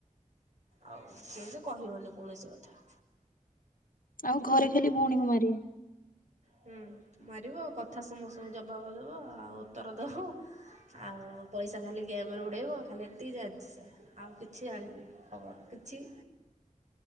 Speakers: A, on the right (about 60°); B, on the left (about 85°).
A: ଆଉ <unintelligible> କହିବନି କୌଣସି କଥା।
B: ଆଉ ଘରେ ଖାଲି ଭଉଣୀକୁ ମାରିମି।
A: ହୁଁ ମାରିବ କଥା ସମସ୍ତଙ୍କୁ ଜବାବ ଦବ ଆଉ ଉତ୍ତର ଦବ। ଆଉ ପଇସା ଖାଲି ଗେମ୍ ରେ ଉଡେଇବ ଆଉ ଖାଲି ଏତିକି ଜାଣିଚି ସେ। ଆଉ କିଛି ଜାଣିନି ଖବର କିଛି।